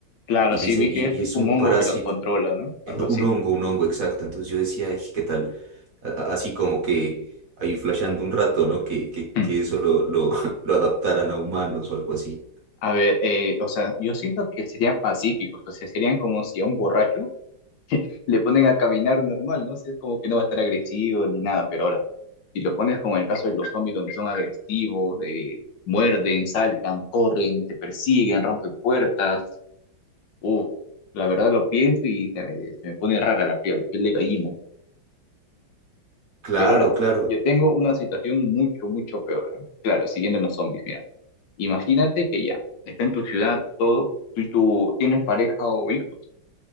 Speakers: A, on the left; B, on the right.
A: claro,
B: Y
A: sí,
B: dicen,
A: vi
B: y,
A: que es
B: y
A: tipo
B: es un
A: un hongo
B: parásito.
A: que los controla, ¿no? Algo
B: Eh,
A: así.
B: Un hongo, un hongo, exacto. Entonces yo decía, "Ay, ¿qué tal? A- a- Así como que ahí flasheando un rato, ¿no? Que, que,
A: <laughs>
B: que eso lo, lo, <laughs> lo adaptaran a humanos o algo así.
A: A ver, eh, o sea, yo siento que serían pacíficos, o sea, serían como si a un borracho le ponen a caminar normal, ¿no? sé es como que no va a estar agresivo ni nada, pero ahora, si lo pones con el caso de los zombies donde son agresivos, eh, muerden, saltan, corren, te persiguen, rompen puertas, uff, la verdad lo pienso y se me, se me pone rara la piel, la piel de gallina.
B: Claro,
A: Pero ahora,
B: claro.
A: yo tengo una situación mucho, mucho peor, ¿no? Claro, siguiendo en los zombies, mira, imagínate que ya, está en tu ciudad todo, tú y tú tienes pareja o hijos.